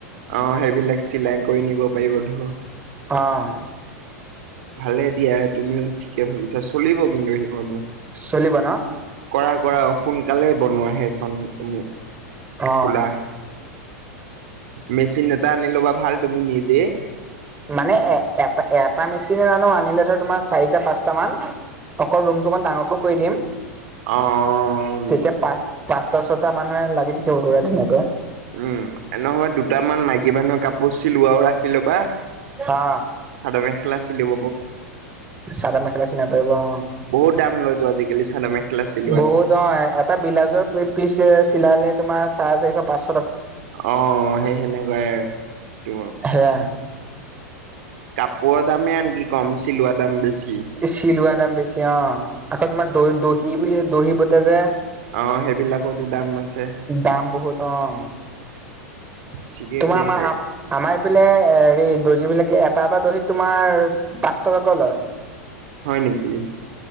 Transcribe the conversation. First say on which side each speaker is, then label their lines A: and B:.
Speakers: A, on the right; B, on the right.
A: আহ সেইবিলাক চিলাই কৰি নিব পাৰিব ধৰ।
B: অ
A: ভালে দিয়া তুমিও ঠিকে ভাবিছাচোন। চলিব কিন্তু সেইখনো।
B: চলিব ন?
A: কৰা কৰা সোনকালে বনোৱা হেইখন উম
B: অ
A: খোলা। মেচিন এটা আনি ল'বা ভাল তুমি নিজে।
B: মানে এ-এটা-এটা মেচিনে নানো আনিলে ধৰ তোমাৰ চাৰিটা পাঁচটা মান। অকণ ৰুমটো অকণমান ডাঙৰকৈ কৰি দিম।
A: অ', অ', অ',
B: তেতিয়া
A: উম।
B: পাঁচ পাঁচটা ছটা মানুহে লাগি থাকিব পৰা ধুনিয়া কৈ।
A: উম, এনে হয় দুটামান মাইকী মানুহক কাপোৰ চিলোৱাও ৰাখি ল'বা।
B: অ
A: চাদৰ মেখেলা চিলাব
B: চাদৰ মেখেলা চিলাব লাগিব অ'।
A: বহুত দাম লয়তো আজিকালি চাদৰ মেখেলা চিলোৱাটো
B: বহুত অ' এটা বিলাউজৰ পিচ চি-চিলালে তোমাৰ চাৰে চাৰিশ পাঁচ
A: অ', সেই সেনেকুৱাই আৰু তোমাৰ।
B: সেয়া
A: কাপোৰৰ দামে আনকি কম চিলোৱা দাম বেছি।
B: চিলোৱা দাম বেছি অ', আকৌ তোমাৰ দহ-দহি বুলি দহি বোটে যে?
A: অ সেইবিলাকতো দাম আছে
B: দাম বহুত অ'।
A: ঠিকেই
B: তোমাৰ
A: কৈছা
B: আমাৰ আমাৰ এইফালে হে দৰ্জী বিলাকে এটা, এটা দহিত তোমাৰ পাঁচ টকাকৈ লয়।
A: হয় নেকি?